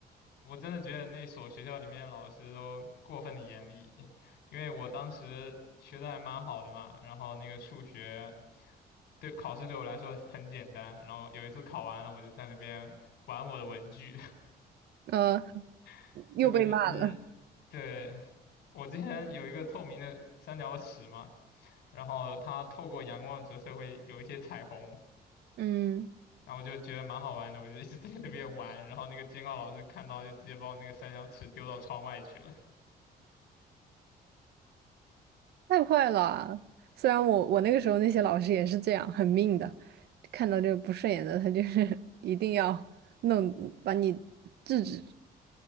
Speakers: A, on the left (about 75°); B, on the right (about 75°).
A: 我真的觉得那所学校里面的老师都过分的严厉，因为我当时学的还蛮好的嘛，然后那个数学对考试对我来说很简单，然后有一次考完了，我就在那边玩我的文具，
B: 呃，
A: <laughs> 就比如说，
B: 又被骂了，
A: 嗯，对，我之前有一个透明的三角尺嘛，然后它透过阳光的折射会有一些彩虹。
B: 嗯，
A: 然后我就觉得蛮好玩的，我就一直在那边玩，然后那个监考老师看到就直接把我那个三角尺丢到窗外去了。
B: 太坏了。虽然我我那个时候那些老师也是这样，很命的，看到这个不顺眼的，他就是 <laughs> 一定要弄把你制止。